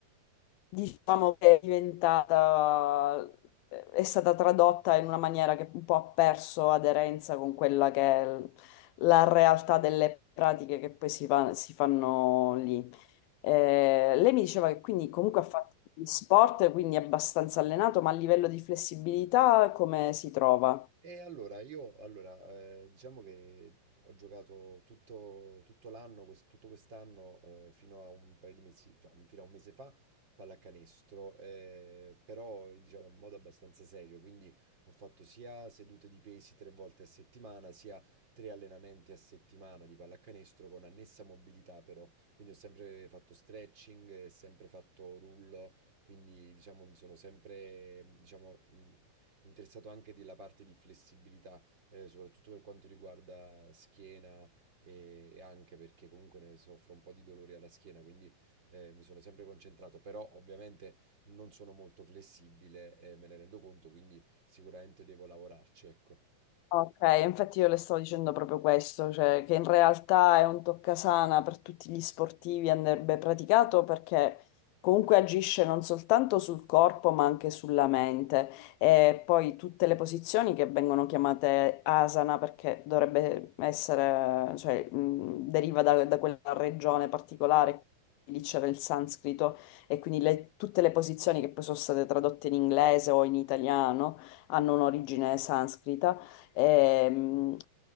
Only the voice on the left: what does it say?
diciamo che è diventata, è stata tradotta in una maniera che un po' ha perso aderenza con quella che è l- la realtà delle pratiche che poi si, fa- si fanno lì. Eh, lei mi diceva che quindi comunque ha fatto gli sport, quindi è abbastanza allenato, ma a livello di flessibilità come si trova?
Ok, infatti io le stavo dicendo proprio questo, cioè che in realtà è un toccasana per tutti gli sportivi, andrebbe praticato perché comunque agisce non soltanto sul corpo ma anche sulla mente e poi tutte le posizioni che vengono chiamate asana perché dovrebbe essere, cioè mh, deriva da, da quella regione particolare, lì c'era il sanscrito e quindi le- tutte le posizioni che poi sono state tradotte in inglese o in italiano hanno un'origine sanscrita Ehm,